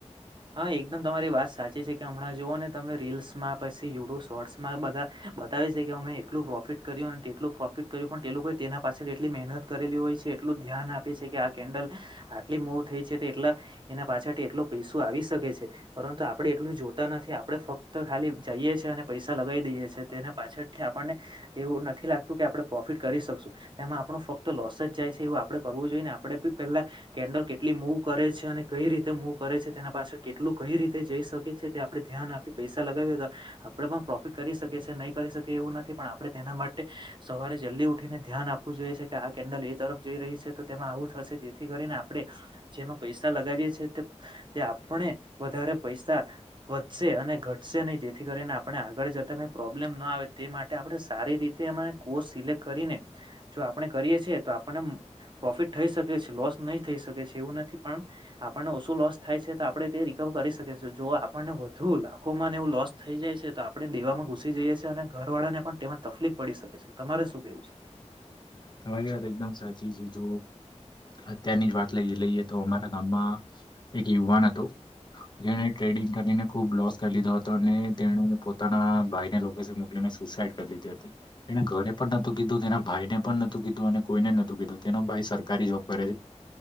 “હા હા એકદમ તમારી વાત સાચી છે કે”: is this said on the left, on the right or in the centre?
Right